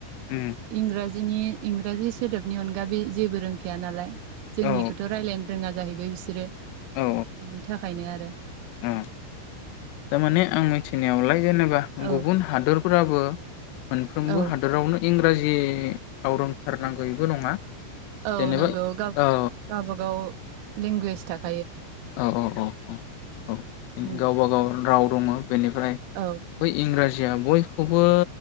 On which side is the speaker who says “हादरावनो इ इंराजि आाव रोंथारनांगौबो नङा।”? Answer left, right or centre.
Left